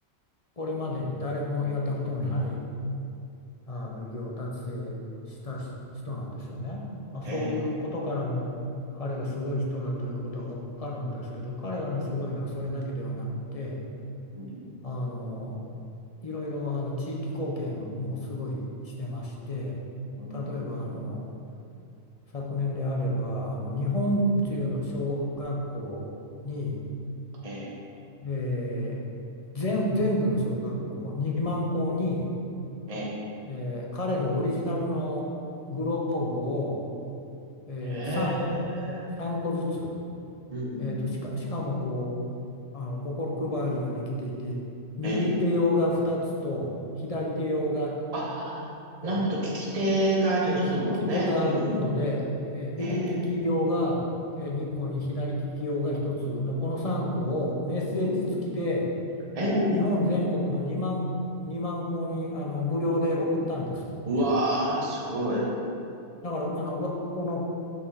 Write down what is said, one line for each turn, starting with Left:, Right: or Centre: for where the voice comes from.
Left: これまでに誰もやったことのないあの偉業達成したし人なんですよね。まあ、そういうことからも彼がすごい人だということは分かるんですけど彼らのすごいのはそれだけではなくて
Right: ええ、うん、
Left: あのいろいろあの地域貢献もすごいしてまして例えばあの
Right: うん、うん、うん、
Left: 昨年であればあの日本中の小学校に、
Right: ええ、
Left: えー全、全部の小学校2万校に
Right: ええ、
Left: えー彼のオリジナルのグローブを、えー3個、
Right: へえ
Left: 3個ずつ、
Right: うん、うん、
Left: えーと、しか、
Right: うん。
Left: しかもこう、あの心配りができていて、右手用が2つと左手用が
Right: ええ。あ、
Left: を、
Right: なるほど。聞き手がありますもんね。
Left: えー利き手があるので、
Right: うん、うん、
Left: えー右利き用が、
Right: ええ、
Left: えー2個に左利き用が1つのこの3個をメッセージ付きで
Right: うんええ、うん。
Left: 日本全国の2万、
Right: え、
Left: 2万個にあの無料で送ったんです、
Right: うわー、
Left: 全部。
Right: すごい。
Left: だからあのわこの